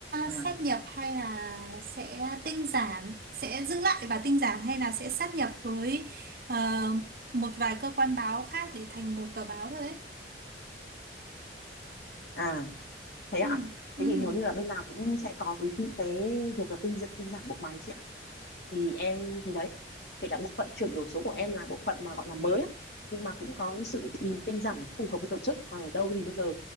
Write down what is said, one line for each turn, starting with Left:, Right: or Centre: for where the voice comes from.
Left: à
Right: sát nhập hay là sẽ tinh giản, sẽ giữ lại và tinh giản hay là sẽ sát nhập với ờ, một vài cơ quan báo khác để thành một tờ báo thôi ấy.
Left: à thế ạ
Right: Ừ, ừ.
Left: thế thì hầu như là bên nào cũng sẽ có cái cái việc là tinh tinh giản bộ máy chị ạ thì em thì đấy kể cả bộ phận chuyển đổi số của em là bộ phận mà gọi là mới ấy, nhưng mà cũng có sự mình tinh giản phù hợp với tổ chức còn ở đâu thì bây giờ